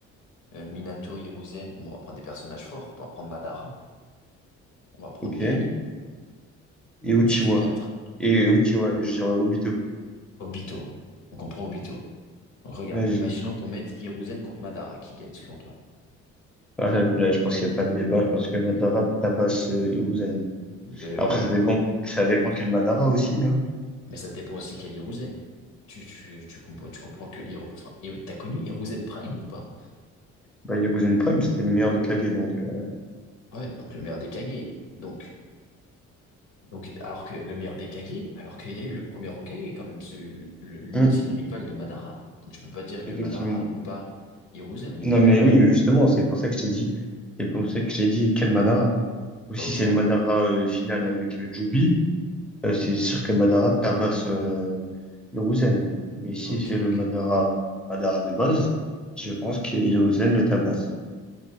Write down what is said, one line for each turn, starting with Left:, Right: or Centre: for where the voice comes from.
Left: euh, Minato, Hiruzen. Bon, on va prendre des personnages forts. On va prendre Madara. On va prendre
Centre: ok?
Left: Gai.
Centre: Et
Left: Donc
Centre: Uchiwa,
Left: là, ça fait 4.
Centre: et Uchiwa, je dirais Obito.
Left: Obito. Donc on prend Obito. Donc, regarde,
Centre: Vas-y.
Left: imaginons qu'on mette Hiruzen contre Madara. Qui gagne selon toi?
Centre: Ah, là, là, je pense qu'il n'y a pas de débat, je pense que Madara tabasse euh, Hiruzen.
Left: Euh,
Centre: Après,
Left: bah, moi,
Centre: ça dépend, ça dépend
Left: ok.
Centre: quel Madara aussi, hein.
Left: Mais ça dépend aussi quel Hiruzen. Tu, tu, tu comprends, tu comprends que Hiru, enfin, Hiru- t'as connu Hiruzen Prime ou pas?
Centre: Bah, Hiruzen Prime, c'était le meilleur des Kage, donc... euh,
Left: Ouais, donc le meilleur des Kage. Donc, donc, alors que le meilleur des Kage, alors qu'il y a eu le premier Hokage quand même, celui, le- l'ultime
Centre: hmm,
Left: rival de Madara. Donc tu peux pas dire que
Centre: effectivement.
Left: Madara bat Hiruzen, on
Centre: Non,
Left: est bien d'accord.
Centre: mais oui, justement, c'est pour ça que je t'ai dit. C'est pour ça que je t'ai dit, quel Madara? Ou
Left: Bah,
Centre: si
Left: ok,
Centre: c'est
Left: en
Centre: le
Left: vrai.
Centre: Madara euh, final
Left: Bah,
Centre: avec euh, Jubi, euh, c'est sûr que Madara tabasse euh, Hiruzen. Mais si
Left: ok,
Centre: c'est le
Left: ok.
Centre: Madara, euh, Madara de base, je pense que Hiruzen le tabasse.